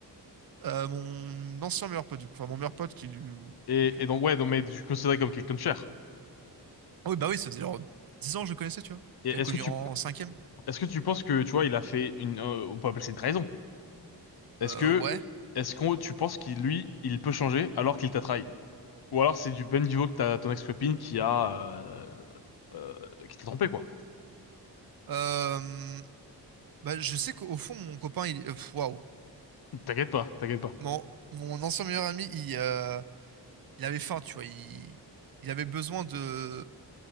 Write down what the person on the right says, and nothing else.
Euh, mon ancien meilleur pote, du coup. Enfin, mon meilleur pote qui, lui-
qui est plus mon
meilleur
pote.
Ah oui, bah oui, ça faisait genre 10 ans que je le connaissais, tu vois.
Je l'avais
connu
en cinquième.
Euh,
ouais.
Euh, bah, je sais qu'au fond, mon copain, il... euh, pff, Waouh.
Mon, mon ancien meilleur ami, il, euh, il avait faim, tu vois. Il, il avait besoin de,